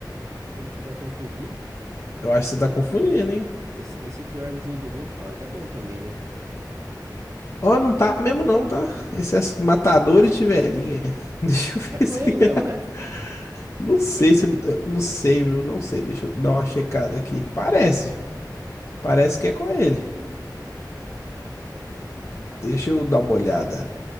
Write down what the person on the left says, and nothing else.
Eu acho que você tá confundindo, hein?
Ó, não tá mesmo, não, tá? Esses matadores de velhinha. <laughs> Deixa eu
ver
se.
<laughs>
Não sei se. eu Não sei, viu? Não sei. Deixa eu dar uma checada aqui. Parece. Parece que é com ele. Deixa eu dar uma olhada.